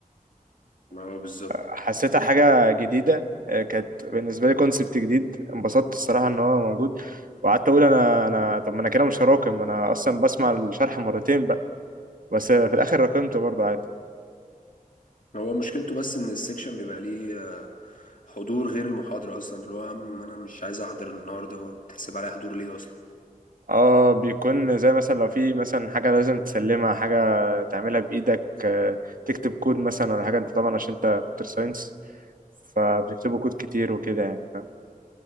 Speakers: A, on the left; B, on the right.
A: ما هو بالظبط
B: حسيتها حاجه جديده آه، كانت بالنسبه لي كونسبت جديد انبسطت الصراحه ان هو موجود وقعدت اقول انا انا طب ما انا كده مش هراكم انا اصلا بسمع الشرح مرتين بقى بس في الاخر راكمته برضه عادي
A: هو مشكلته بس ان السكشن بيبقى ليه آه، حضور غير المحاضرة اصلا فاللي هو يا عم انا مش عايز احضر النهاردة بتحسب عليا حضور ليه اصلا
B: اه بيكون زي مثلا لو في مثلا حاجة لازم تسلمها حاجة تعملها بإيدك آه، تكتب كود مثلا ولا حاجة انت طبعا عشان انت كمبيوتر ساينس فبتكتبوا كود كتير وكده يعني فاهم